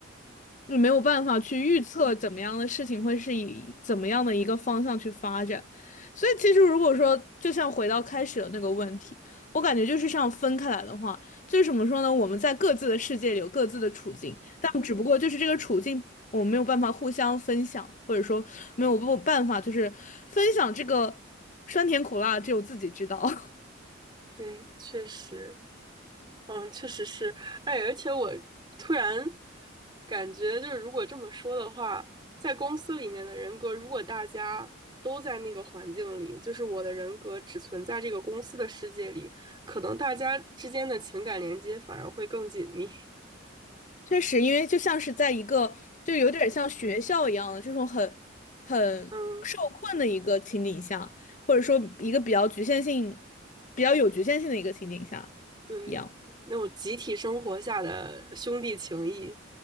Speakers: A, on the left; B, on the right.
A: 就没有办法去预测怎么样的事情会是以怎么样的一个方向去发展。所以其实如果说，就像回到开始的那个问题，我感觉就是像分开来的话，就是怎么说呢？我们在各自的世界里有各自的处境，但只不过就是这个处境。我们没有办法互相分享，或者说没有办法，就是分享这个酸甜苦辣，只有自己知道。<laughs>
B: 对，确实。嗯，确实是，哎，而且我突然感觉，就是如果这么说的话，在公司里面的人格，如果大家都在那个环境里，就是我的人格只存在这个公司的世界里，可能大家之间的情感连接反而会更紧密。<laughs>
A: 确实，因为就像是在一个，就有点像学校一样的这种很很受困的一个情景下，
B: 嗯，
A: 或者说一个比较局限性、比较有局限性的一个情景下
B: 对，
A: 一样。
B: 那种集体生活下的兄弟情谊。